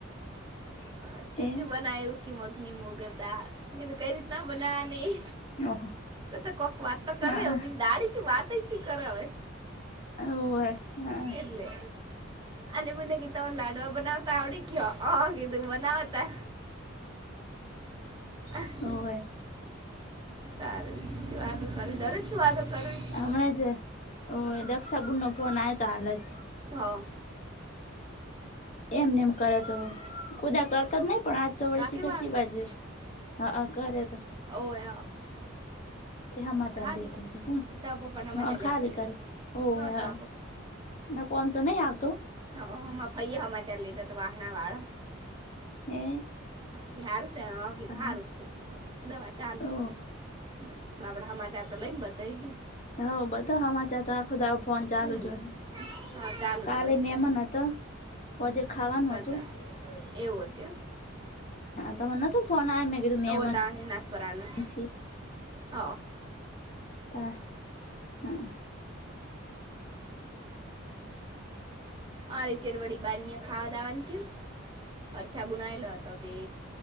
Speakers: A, on the right; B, on the left.
A: હા, કેસી
B: એ
A: બનાઈ હોકી મખની મુગદાળ તો કઈ રીતના બનાની?
B: ઓહો
A: તો કોક વાત તો કરવી
B: હા હા
A: દાડીશ વાત શું કર હોય.
B: હોવે હા
A: એટલે અને બને કીતા લાડુવા બનાવતા આવડી? ક્યા આ કીધુંના વતા હ.
B: હોવે
A: તારે શી વાતો કરવી. દરેક શું વાતો કરવી.
B: હમણાં જ દક્ષાબુનનો ફોન આવે તો હાલ જ
A: હા.
B: એમને એમ કરે તો ખુદા કરતા જ નહી પણ આજ તો વળ
A: કાકરવાળા
B: શખર છે બાજુ હા, ઘરે એ તો
A: <unintelligible>
B: તે હમા ચાલી
A: ખાલી
B: દેતા હતા. કોણ
A: એ તો પપ્પાનામાં
B: હ
A: ચાલ્યા
B: ખાલી
A: કરીશ
B: કરે. ઓ
A: હા
B: હ
A: તો
B: ના કો આમ તો નહી આવતો?
A: હ હમાં ફૈયા હમા ચાલીત તો વાહણા વાળ
B: એ
A: હ હારું છે હ, કીધું
B: હા
A: સારું છે. કીધું દવા ચાલુ
B: ઓ
A: છે. હ બ આપડાા હમાચાર તો લઈને બતા
B: હ બધો હમાચા તો આખો દો ફોન ચાલુ
A: હમ,
B: જોશે.
A: હા ચાલુ
B: કાલે
A: તો હોય ને
B: મેમન
A: તારે
B: હતો. પજે ખાવાનું
A: હા, કાલ
B: હતું.
A: તો એવું હતું?
B: તમને નતો ફોન આવ્યો મેં કીધું મહેમાન
A: ઓ તણે નાથપરાનું
B: છે
A: હ
B: ત હમ.
A: અરે ચડવડી બાની ખાવા દાવાનું થયું, અરછા. બુનાયલા હતો તે